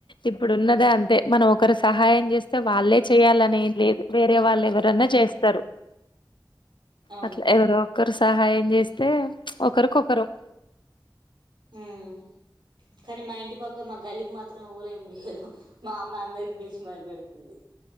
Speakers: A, on the left (about 80°); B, on the right (about 70°).
A: ఇప్పుడున్నది అంతే మనం ఒకరు సహాయం చేస్తే వాళ్ళే చేయ్యాలనేం లేదు వేరే వాళ్ళు ఎవరన్నా చేస్ స్తరు
B: అవును
A: అట్ల ఎవరో ఒక్కరు సహాయం చేస్తే ఒకరికొకరం
B: ఉమ్ కాని మా ఇంటి పక్క మా గల్లికి మాత్రం ఎవలు ఏమి జేయలు మా అమ్మ అందరికి బిలిశి మరీ బెడుతది